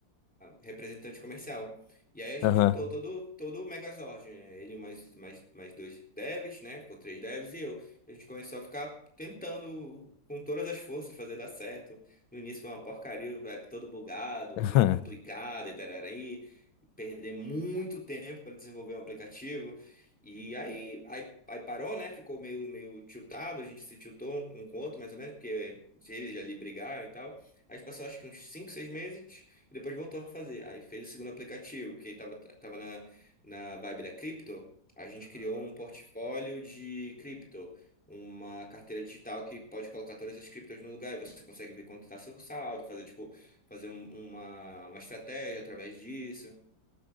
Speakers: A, in the centre; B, on the left (about 85°).
A: representante comercial. E aí a gente
B: Aham.
A: juntou todo, todo o Megazord, né? Ele mais, mais, mais dois devs, né? Ficou três devs e eu. A gente começou a ficar tentando com todas as forças fazer dar certo. No início foi uma porcaria, o app todo bugado,
B: <laughs>
A: muito
B: Aham.
A: complicado e tarari. e Perder muito tempo para desenvolver um aplicativo. E aí, aí, aí parou, né? Ficou meio, meio tiltado, a gente se tiltou um com o outro, mais ou menos, porque eles ali brigaram e tal. Aí A gente passou acho que uns 5 6 meses e depois voltou a fazer. Aí fez o segundo aplicativo, que tava, tava na, na vibe da cripto. A gente criou um portfólio de cripto, uma carteira digital que pode colocar todas as criptos no lugar e você consegue ver quanto está seu saldo, fazer tipo, fazer um- uma, uma estratégia através disso.